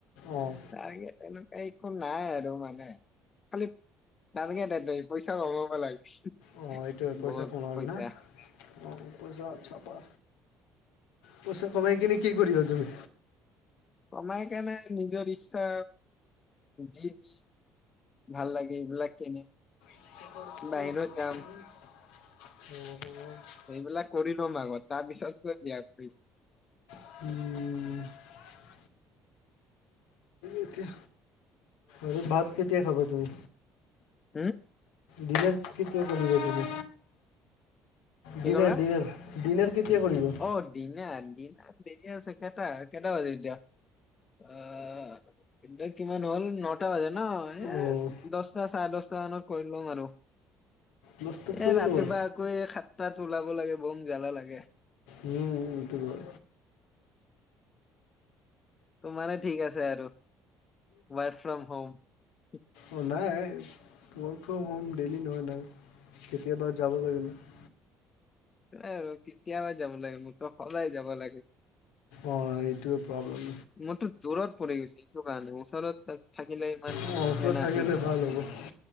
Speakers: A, on the left; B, on the left.
A: অ',
B: টাৰ্গেট এনেকুৱা একো নাই আৰু মানে। খালি টাৰ্গেট এটাই, পইচা কমাব লাগে।
A: অ, এইটোৱেই পইচা
B: বহুত
A: কমাবা
B: পইচা
A: না, অ, পইচা চাবা। পইচা কমাই কিনি কি কৰিবা তুমি?
B: কমাই কেনে, নিজৰ ইচ্ছা, যিটি ভাল লাগে, এইবিলাক কিনিম।
A: <inaudible>
B: বাহিৰত যাম
A: <inaudible>
B: সেইবিলাক কৰি ল'ম আগত, তাৰ পিছতেই বিয়া কৰিম।
A: উম, উম, এতিয়া আৰু ভাত কেতিয়া খাবা তুমি?
B: উম,
A: ডিনাৰ, কেতিয়া কৰিবা তুমি?
B: কি
A: ডিনাৰ,
B: ক'লা
A: ডিনাৰ, ডিনাৰ কেতিয়া কৰিবা?
B: অ, ডিনাৰ, ডিনাৰ দেৰি আছে, কেইটা, কেইটা বাজে এতিয়া আ এতিয়া কিমান হ'ল, নটা বাজিল ন, এই
A: অ'
B: দহটা চাৰে দশটা মানত কৰি ল'ম আৰু। এ,
A: দহটাত কৰি
B: ৰাতিপুৱা
A: ল'বা।
B: আকৌ এই সাতটাত ওলাব লাগে, বম জালা লাগে।
A: উম, ইটো হয়।
B: তোমাৰেই ঠিক আছে আৰু, ৱাইফ ফ্ৰমহ'ম‌ হোম।
A: অ, নাই, ৱৰ্ক ফ্ৰম হোম, ডেইলি নহয় নহয়, কেতিয়াবা যাব লাগে নহয়।
B: এই আৰু কেতিয়াবা যাব লাগে, মোৰটো সদায় যাব লাগে।
A: অ, এইটোৱেই প্ৰবলেম।
B: মোৰটো দূৰত পৰি গৈছো, এইটো কাৰণে, ওচৰত থাকিলে ইমান
A: অ, ওচৰত
B: ইয়া নাছিল
A: থাকিলে ভাল হ'ব।